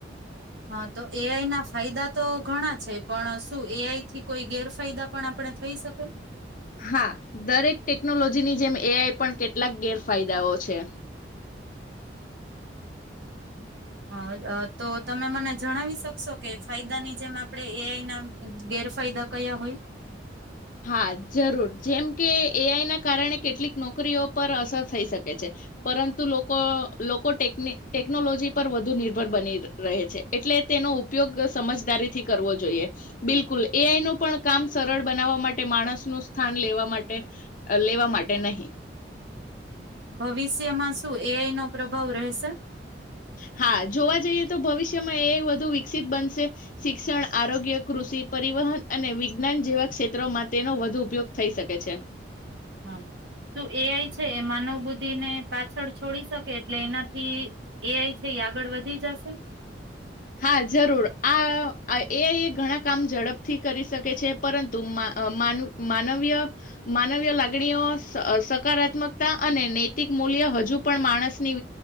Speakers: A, on the right; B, on the left.
A: હા તો એઆઈ ના ફાયદા તો ઘણા છે, પણ શું એઆઈથી કોઈ ગેરફાયદા પણ આપણે થઈ શકે.
B: હા દરેક ટેકનોલોજીની જેમ એ આઈ પણ કેટલાક ગેરફાયદાઓ છે.
A: હ તો તમે મને જણાવી શકશો કે ફાયદાની જેમ આપણે એઆઈ ના ગેરફાયદા કયા હોય.
B: હા જરૂર જેમ કે એઆઈ ના કારણે કેટલીક નોકરીઓ પર અસર થઈ શકે છે પરંતુ લોકો લોકોટેક ટેકનોલોજી પર વધુ નિર્ભર બની રહે છે એટલે તેનો ઉપયોગ સમજદારીથી કરવો જોઈએ બિલકુલ એઆઈ ન પણ કામ સરળ બનાવવા મા ટે માણસ નું સ્થાન લેવા માટે લેવા માટે નહીં.
A: હા ભવિષ્યમાં શું એઆઈ નો પ્રભાવ રહેશે.
B: હા જોવા જઈએ તો ભવિષ્યમાં એ વધુ બનશે શિક્ષણ આરોગ્ય કૃષિ પરિવહન અને વિજ્ઞાન જેવા ક્ષેત્રોમાં તેનો વધુ ઉપયોગ થઈ શકે છે.
A: હા શું એઆઈ છે એ માનવ બુદ્ધિ ને પાછળ છોડી શકે એટલે એનાથી એઆઈ છે એ આગળ વધી જશે.
B: હા જરૂર આ એઆઈ એ ઘણા કામ ઝડપથી કરી શકે છે, પરંતુન માનવી માનવીય લાગણીઓ સકારાત્મકતા અને નૈતિક મૂલ્ય હજુ પણ માણસની